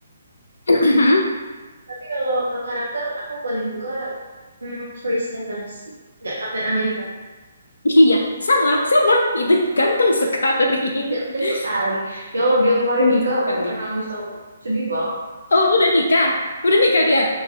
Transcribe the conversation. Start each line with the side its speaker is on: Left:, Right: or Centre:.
Left: <clears throat>
Right: tapi kalau eh, karakter aku paling suka hmm, Chris Evans nggak Captain America
Left: Iya, sama, sama. Itu ganteng sekali.
Right: Ganteng
Left: <laughs>
Right: sekali ya Allah, dia kemarin
Left: Ganteng
Right: nikah
Left: sekali.
Right: aku sampai nangis tahu sedih banget
Left: Oh, udah nikah? Udah nikah dia?